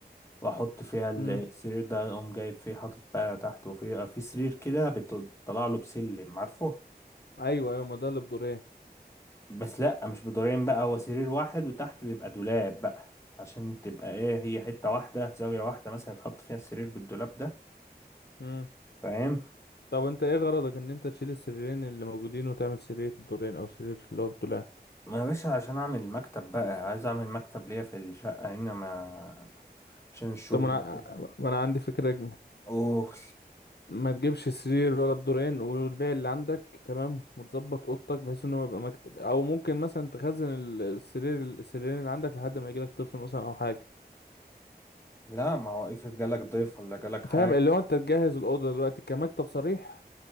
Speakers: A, on the left; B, on the left.
A: واحط فيها السرير
B: امم
A: ده اقوم جايب فيه حاطط بقى تحت وفيه في سرير كده بيطلع له بسلم عارفه
B: ايوه ايوه ما ده اللي بدورين
A: بس لا مش بدورين بقى هو سرير واحد وتحت بيبقى دولاب بقى عشان تبقى ايه هي حته واحده زاويه واحده مثلا يتحط فيها السرير بالدولاب ده
B: امم
A: فاهم
B: طب انت ايه غرضك ان انت تشيل السريرين اللي موجودين وتعمل سرير بدورين او سرير اللي هو بدولاب
A: ما يا باشا عشان اعمل مكتب بقى عايز اعمل مكتب ليا في الشقه هنا ما عشان الشغل
B: طب ما انا
A: وكده.
B: ما انا عندي فكره اجمل
A: اوه
B: ما تجيبش سرير ولا بدورين والبيع اللي عندك تمام وتظبط اوضتك بحيث ان هو يبقى مكتب او ممكن مثلا تخزن ال- السرير السريرين اللي عندك لحد ما يجيلك طفل مثلا او حاجه
A: لا ما هو افرض جالك ضيف ولا جالك حاجة
B: فاهم اللي هو انت تجهز الاوضه دلوقتي كمكتب صريح